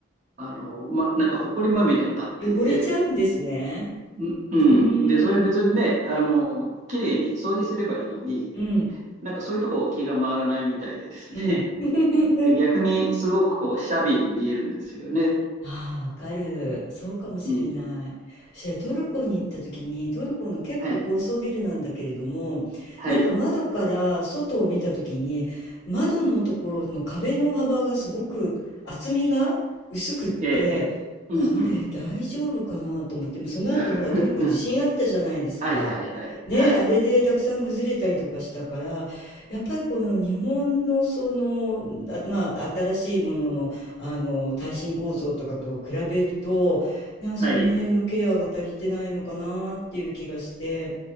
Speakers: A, on the right (about 35°); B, on the left (about 55°).
A: あのま、なんか埃まみれになっていて、
B: 汚れちゃうんですね。
A: ううん。
B: うーん。
A: で、それ別にね、あの、綺麗に掃除すればいいのに、
B: うん。
A: なんかそういうとこ気が回らないみたいでですね。
B: うん。
A: <laughs>
B: <laughs>
A: で、逆にすごくこう、シャビーに見えるんですよね。
B: ああ、わかる。そうかもしれない。
A: うん。
B: そしてトルコに行った時に、トルコの結構高層ビルなんだけれども、
A: はい。はい。
B: なんか窓から外を見た時に、窓のところの壁の幅がすごく厚みが薄くって、
A: ええ、ええ。
B: これ大丈夫かなと思って、
A: うんうん。
B: もうその後ほらトルコ地震あったじゃないですか。
A: <laughs> はいはいはい。
B: ねえ、
A: はい。
B: あれでたくさん崩れたりとかしたから、やっぱりこの日本のその、あまあ新しいもののあの耐震構造とかと比べるとなんかその辺のケアが足りてないのかなっていう気がして
A: はい。